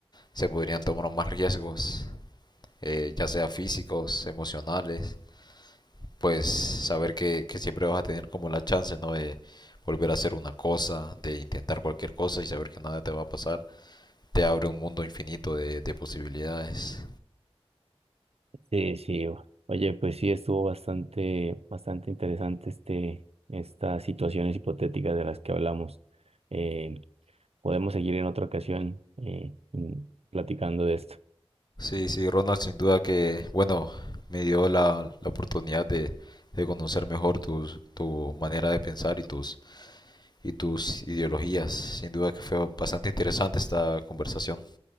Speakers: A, on the left (about 40°); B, on the right (about 75°).
A: se podrían tomar más riesgos, eh, ya sea físicos, emocionales, pues saber que, que siempre vas a tener como la chance, ¿no? De volver a hacer una cosa, de intentar cualquier cosa y saber que nada te va a pasar te abre un mundo infinito de, de posibilidades.
B: Sí, sí. o- Oye, pues sí, estuvo bastante, bastante interesante este, estas situaciones hipotéticas de las que hablamos. Eh, podemos seguir en otra ocasión eh, mm, platicando de esto.
A: Sí, sí, Ronald, sin duda que, bueno, me dio la, la oportunidad de, de conocer mejor tus, tu manera de pensar y tus, y tus ideologías. Sin duda que fue bastante interesante esta conversación.